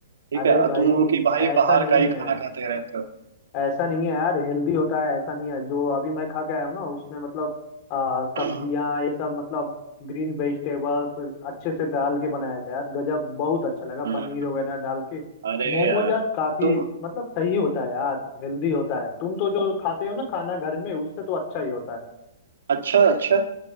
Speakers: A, on the right; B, on the left.
A: ठीक
B: अरे
A: है और
B: भाई
A: तुम हो कि भाई
B: ऐसा
A: बाहर
B: नहीं
A: का ही खाना
B: है
A: खाते रहते हो
B: ऐसा नहीं है यार हेल्दी होता है ऐसा नहीं है जो अभी मैं खा के आया हूँ ना उसमें मतलब आ, सब्जियां
A: <clears throat>
B: ये सब मतलब ग्रीन वेजिटेबल्स अच्छे से डाल के बनाया था यार गजब बहुत अच्छा लगा
A: हम्म,
B: पनीर वगैरह डाल के
A: अरे
B: मोमोज
A: यार
B: यार काफी
A: तुम
B: मतलब सही होता है यार हेल्दी होता है तुम तो जो खाते हो ना खाना घर में उससे तो अच्छा ही होता है
A: अच्छा अच्छा